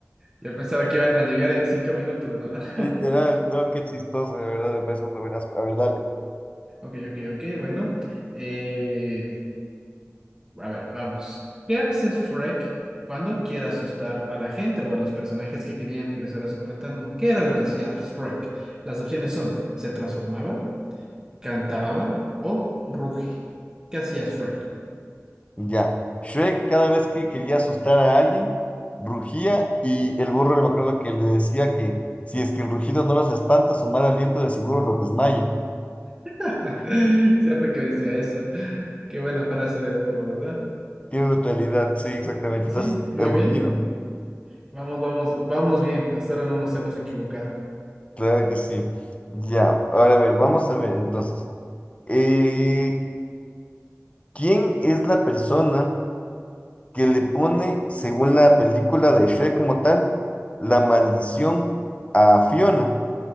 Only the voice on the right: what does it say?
Yo pensaba que iban a llegar en cinco minutos, ¿no?
<laughs>
Ok, ok, ok, bueno. Eh, a ver, vamos. ¿Qué hace Shrek cuando quiere asustar a la gente o a los personajes que querían ingresar a su pantano? ¿Qué era lo que hacía Shrek? Las opciones son, se transformaba, cantaba o ruge. ¿Qué hacía Shrek?
<laughs> Cierto que decía eso. Qué buena frase de burro, ¿verdad?
Pues
Sí, muy
bien.
Vamos, vamos, vamos bien. Hasta ahora no nos hemos equivocado.